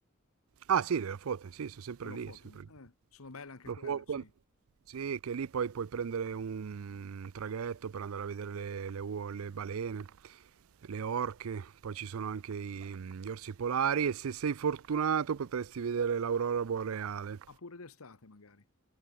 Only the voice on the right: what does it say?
Ah sì, le Lofoten, sì, sono sempre
lì, sempre lì.
Lo
fu-
con- Sì, che lì poi puoi prendere un traghetto per andare a vedere le, le uo- le balene, le orche, poi ci sono anche i- gli orsi polari e se sei fortunato potresti vedere l'aurora boreale.